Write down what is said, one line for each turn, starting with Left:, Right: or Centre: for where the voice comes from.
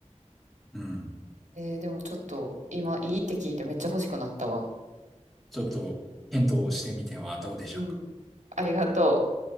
Centre: う。うん。
Right: えーでもちょっと今いいって聞いてめっちゃ欲しくなったわ。
Centre: ちょっと、検討してみてはどうでしょうか。
Right: うん。ありがとう。